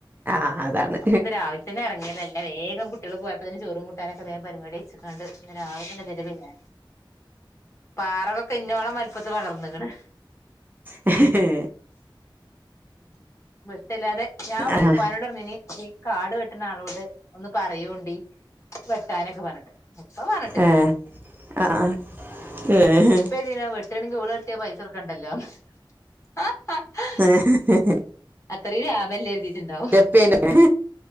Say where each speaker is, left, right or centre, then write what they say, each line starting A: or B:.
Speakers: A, on the right; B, on the left.
A: ആഹ് അതാണ്
B: അപ്പന്ന് രാവിൽ തന്നെ ഇറങ്ങിയത വേഗം കുട്ട കുട്യള് പോയപ്പോ തന്നെ ചോറും കൂട്ടാനും പരിപാടി യ്ച്ചകാണ്ട് രാവിലെ തന്ന ഇതിന്റെ പിന്നാ പാറകളൊക്കെ ഇന്നോളം വൽപ്പത്തി വളർന്ന്ക്ക്‌ണ്.
A: ഹേ ഹേ ഹേ
B: വെട്ടല്ലാതെ ഞാം
A: ആഹ്
B: പാനോട്ർഞ്ഞീനി ഈ കാട് വെട്ടുണ ആളോട് ഒന്ന് പറയണ്ടി വെട്ടാനൊക്കെ പറഞ്ഞിട്ട്. ഉപ്പ പറ
A: ഏഹ് ആഹ് ആഹ് ഏഹ്
B: ലെന്തിനാ വേട്ടണ്. ഓള് വെട്ടാണെങ്കി പൈസ കൊട്ക്കണ്ടല്ലോ. ഹ ഹ ഹ
A: ഏഹ്
B: അത്തറീം ലാഭല്ലേ കരുതിയിട്ടുണ്ടാവും.
A: പിന്ന